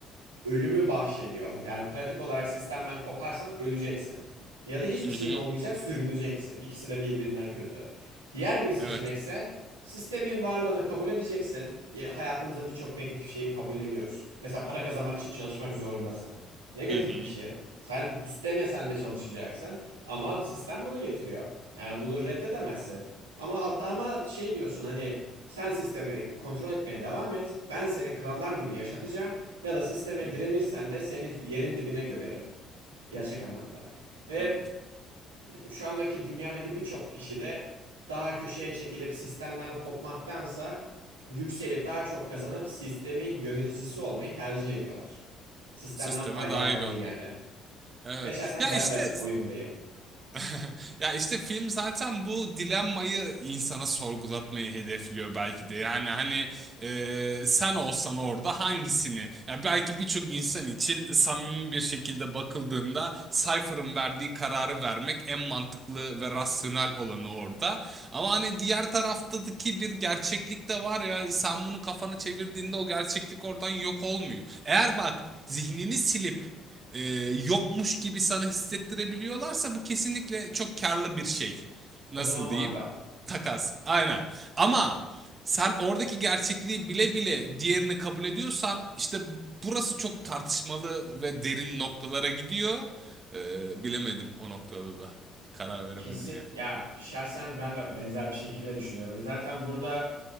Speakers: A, on the right; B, on the right.
A: ölümü bahşediyor. Yani pratik olarak sistemden koparsan öleceksin. Ya da hiçbir
B: Hı
A: şeyin
B: hı.
A: olmayacak, sürüneceksin. İkisi de birbirinden kötü. Diğer bir seçenekse
B: Evet.
A: sistemin varlığını kabul edeceksin. Hayatımızda birçok negatif şeyi kabulleniyoruz. Mesela para kazanmak için çalışmak zorundasın. Negatif
B: Hı hı.
A: bir şey. Sen istemesen de çalışacaksın ama sistem bunu getiriyor. Yani bunu reddedemezsin. Ama ama şey diyorsun hani sen sistemi kontrol etmeye devam et. Ben seni krallar gibi yaşatacağım. Ya da sisteme
B: Hı hı.
A: direnirsen de seni yerin dibine gömerim. Gerçek anlamda. Ve
B: Hı.
A: şu andaki dünyadaki birçok kişi de daha köşeye çekilip sistemden kopmaktansa yükselip daha çok kazanıp sistemin yöneticisi olmayı tercih ediyorlar. Sistemden
B: Sisteme
A: faydalanmayı
B: dahil olmuyor.
A: yani.
B: Evet.
A: Ve şahsen
B: Ya
A: ben
B: işte
A: de o yöndeyim.
B: <laughs> Ya işte film zaten bu dilemmayı insana sorgulatmayı hedefliyor belki de. Yani hani e, sen olsan orada hangisini? Ya belki birçok insan için samimi bir şekilde bakıldığında Cypher'ın verdiği kararı vermek en mantıklı ve rasyonel olanı orada. Ama hani diğer taraftaki bir gerçeklik de var ya sen bunu kafanı çevirdiğinde o gerçeklik oradan yok olmuyor. Eğer bak zihnini silip e, yokmuş gibi sana hissettirebiliyorlarsa bu kesinlikle çok karlı bir şey.
A: O
B: Nasıl
A: zaman mavi
B: diyeyim?
A: al.
B: Takas. Aynen. Ama sen oradaki gerçekliği bile bile diğerini kabul ediyorsan işte burası çok tartışmalı ve derin noktalara gidiyor. E, bilemedim o noktada da. Karar veremedim
A: Kesin
B: yani.
A: ya şahsen ben de benzer bir şekilde düşünüyorum. Zaten burada